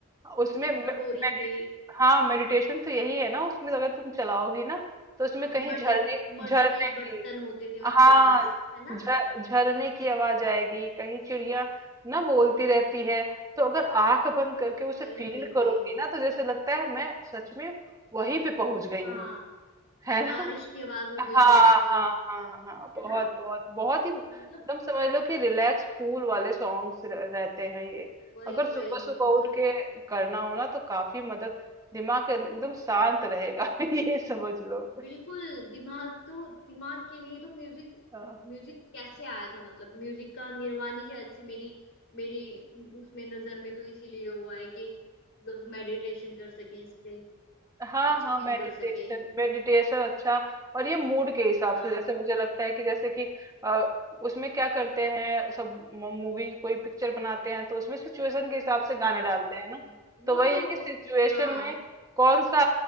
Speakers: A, on the right; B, on the left.
A: उसमें
B: किसी
A: मे-
B: कटोरी
A: मेडि
B: से
A: हाँ मेडिटेशन तो यही है ना उसमें अगर तुम चलाओगी ना तो उसमें
B: हाँ
A: कहीं
B: मड
A: झरने
B: मड
A: झरने
B: के बर्तन
A: की
B: होते थे उनके
A: हाँ
B: पास है ना
A: झ- झरने की आवाज आएगी कहीं चिड़िया ना बोलती रहती है तो अगर आंख बंद करके उसे
B: वही
A: फील
B: वही
A: करोगी
B: वही
A: ना तो जैसे लगता है मैं सच में वहीं पे पहुंच गई
B: हाँ
A: हूँ है
B: बारिश
A: ना
B: की आवाज हो
A: हाँ,
B: गई जैसे
A: हाँ, हाँ, हाँ, बहुत
B: है ना
A: बहुत बहुत ही एकदम
B: मतलब
A: समझ लो कि रिलैक्स फूल वाले सॉन्ग्स रहते हैं ये
B: वही
A: अगर
B: वही
A: सुबह सुबह
B: मतलब
A: उठ के करना हो ना तो काफी मदद दिमाग एकदम शांत रहेगा <laughs> ये समझ लो
B: बिल्कुल दिमाग तो दिमाग के लिए तो म्यूजिक
A: हाँ।
B: म्यूजिक कैसे आया था मतलब म्यूजिक का निर्माण ही शायद से मेरी मेरी उसमें नजर में तो इसीलिए हुआ है कि लोग मेडिटेशन कर सकें इससे
A: हाँ
B: अच्छा
A: हाँ
B: फील
A: मेडिटेशन
B: कर सकें
A: मेडिटेशन अच्छा और ये मूड के हिसाब
B: हाँ
A: से जैसे मुझे लगता है कि जैसे कि अ, उसमें क्या करते हैं सब मूवी कोई पिक्चर बनाते हैं तो उसमें सिचुएशन के हिसाब से गाने
B: हाँ
A: डालते हैं ना
B: वो
A: तो वही
B: तो
A: है कि सिचुएशन
B: हाँ
A: में कौन सा